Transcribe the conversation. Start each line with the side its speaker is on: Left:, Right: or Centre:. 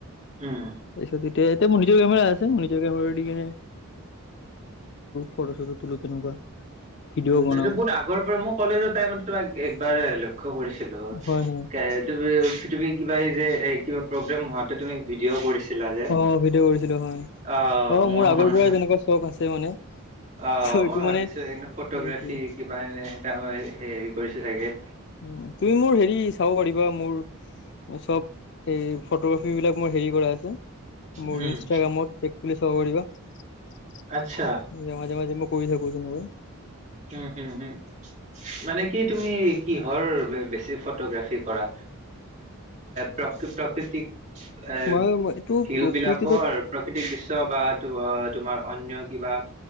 Right: উম
Left: তাৰপিছত এতিয়া এতিয়া মোৰ নিজৰ কেমেৰা নিজৰ কেমেৰা ফটো চটো তোলো তেনেকুৱা। ভিডিঅ' বনাও
Right: এইটো বহুত আগৰ পৰাৰে মোৰ কলেজৰ টাইমত তোমাক একবাৰ হলো। লক্ষ্য কৰিছিলো,
Left: হয় হয়
Right: তুমি, তুমি কিবা এই যে এ কিবা প্ৰগ্ৰেম হোৱাটো তুমি ভিডিঅ' কৰিছে ছিলা যে
Left: অ
Right: অ',
Left: ভিডিঅ' কৰিছিলো হয় অ
Right: মোৰ
Left: আগৰ
Right: মনত
Left: পৰাই
Right: আছে।
Left: তেনেকুৱা চখ আছে মানে
Right: অ',
Left: এইটো
Right: মই ভাবিছো
Left: মানে
Right: এই ফটোগ্ৰাফী
Left: সেইটোৱে
Right: কিবা এনে মই হেৰি কৰিছে চাগে।
Left: উম, তুমি মোৰ হেৰি চাব পাৰিবা মোৰ চব ফটোগ্ৰাফী বিলাক মোৰ হেৰি কৰা আছে। মোৰ
Right: হুম
Left: ইনষ্টাগ্ৰামত পেজ খুলি চাব পাৰিবা। জেগা,
Right: আচ্ছা
Left: জেগা যে মই কৰি থাকোঁ।
Right: উম, উম, উম, মানে কি তুমি কিহৰ বেছি ফটোগ্ৰাফি কৰা প্ৰ-প্ৰাকৃতিক এ,
Left: মই এইটো
Right: ভিও
Left: প্ৰকৃতিটো
Right: বিলাকৰ প্ৰাকৃতিক দৃশ্য বা ত তোমাৰ অন্য কিবা